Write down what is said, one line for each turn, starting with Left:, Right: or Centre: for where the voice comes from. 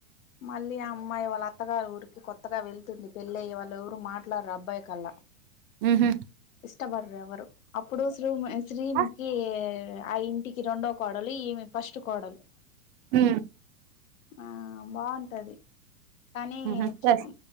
Left: మళ్ళీ ఆ అమ్మాయి వాళ్ళ అత్తగారు ఊరికి కొత్తగా వెళ్తుంది పెళ్ళయ్యి వాళ్ళేవరు మాట్లాడరు అబ్బాయి కల్లా
Right: ఊహు
Left: ఇష్టపడరు ఎవరు అప్పుడు శ్రీ శ్రీముఖీ
Right: ఆ
Left: ఆ ఇంటికి రెండో కోడలు ఈమె ఫస్టు కోడలు
Right: ఉ
Left: ఆ బాగుంటది కానీ
Right: ఉహు
Left: చుకు
Right: సరే